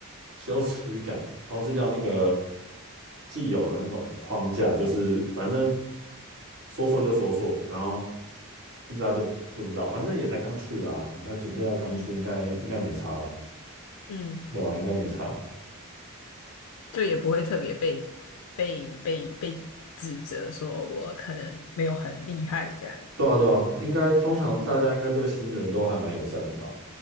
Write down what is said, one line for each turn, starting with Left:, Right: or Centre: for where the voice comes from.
Right: 羞耻感，<laughs> 抛弃掉那个既有的那种框架，就是反正说错就说错，然后不知道就不知道，反正也才刚去啊，你才准备要刚去，
Left: <laughs> 嗯
Right: 应该应该没差，
Left: 嗯。
Right: 对啊，应该没差，
Left: 就也不会特别被被被被指责说我可能没有很厉害这样。
Right: 对啊对啊，应该通常大家应该对新人都还蛮友善的吧。
Left: 嗯